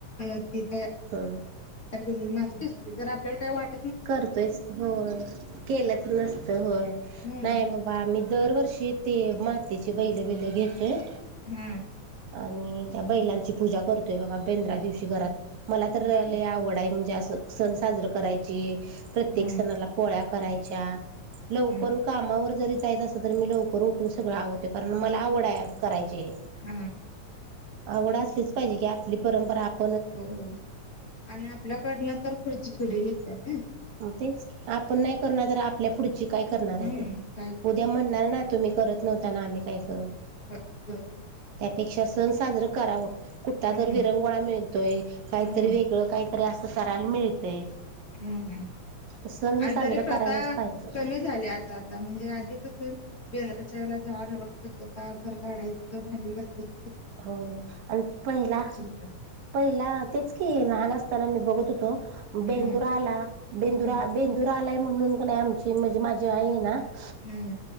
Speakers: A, on the left; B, on the right.
A: अ ते तयार
B: ह
A: जर आपल्याला काय वाट
B: करतोयच की होय केलंच नसत होय
A: हम्म
B: नाही बाबा आम्ही दरवर्षी ते मातेची बैल बील घेतोय.
A: हम्म.
B: आणि त्या बैलांची पूजा करतोय बघा बेंदरा दिवशी घरात मला तर
A: हम्म
B: लई आवड आहे म्हणजे सण साजरा करायची प्रत्येक
A: हम्म
B: सणाला पोळ्या करायच्या. लवकर
A: हम्म
B: कामावर जरी जायचं असंल तर मी लवकर उठून सगळं आवरतोय कारण मला आवड आहे कराय ची
A: हा
B: आवड असलीच पाहिजे की आपली परंपरा आप
A: होय आणि आपल्याकडनं तर पुढची पिढी घेत्या ना.
B: हो तेच की आपण नाही करणार तर आपल्या पुढ ची काय करणार
A: हम्म
B: आहे ते
A: काय करणार
B: उद्या म्हणणार ना तुम्ही करत नव्हता ना आम्ही काय करू?
A: ह हो.
B: त्यापेक्षा सण साजरं करावं कुठला
A: हम्म
B: तर विरंगुळा मिळतोय काहीतरी
A: हम्म
B: वेगळं काहीतरी अस. ल करायला मिळतंय.
A: हम्म
B: सण हे
A: आणि
B: साजरं
A: तरी प्रथा
B: करायलाच पाहिजे
A: कमी झाली आता आता म्हणजे अधिक कसं बेंदराच्या वेळेला झाड लोट स्वच्छता घर झाडायचं भांडी घासायचं.
B: हो आणि पहिला,
A: घरात.
B: पहिला तेच की लहान असताना मी -- बघत होतो.
A: हम्म
B: बेंदुर आला बेंदुर
A: हम्म
B: आ बेंदुर आलाय म्हणून कानीयं आमची म्हणजे माझी आई हाय ना --
A: हम्म.